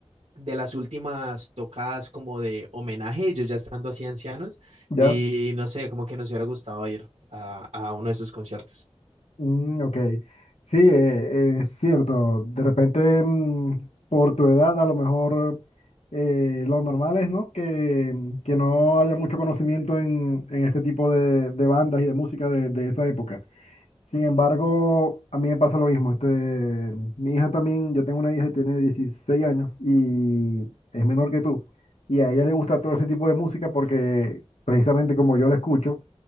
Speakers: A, on the right (about 75°); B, on the left (about 80°).
A: de las últimas tocadas como de homenaje, ellos ya estando así ancianos,
B: ya.
A: y no sé, como que nos hubiera gustado ir a, a uno de sus conciertos.
B: Mm, ok. Sí, eh, es cierto. De repente, mm, por tu edad, a lo mejor eh, lo normal es, ¿no? Que, que no haya mucho conocimiento en, en este tipo de, de bandas y de música de, de esa época. Sin embargo, a mí me pasa lo mismo. Este, mi hija también, yo tengo una hija que tiene 16 años y es menor que tú. Y a ella le gusta todo ese tipo de música porque precisamente como yo la escucho,